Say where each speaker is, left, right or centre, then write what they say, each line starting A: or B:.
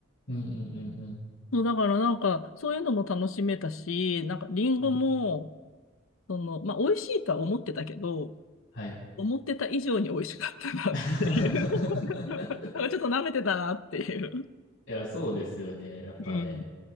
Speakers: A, on the left; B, on the left.
A: うんうんうんうん。
B: そうだからなんか、そういうのも楽しめたし、なんかリンゴも、
A: うん
B: その、まあ、美味しいとは思ってたけど、
A: はい。
B: 思ってた以上に美味しかったなっていう。
A: <laughs>
B: <laughs> なんかちょっと舐めてたなっていう。
A: いや、そうですよね。やっぱね。
B: うん。い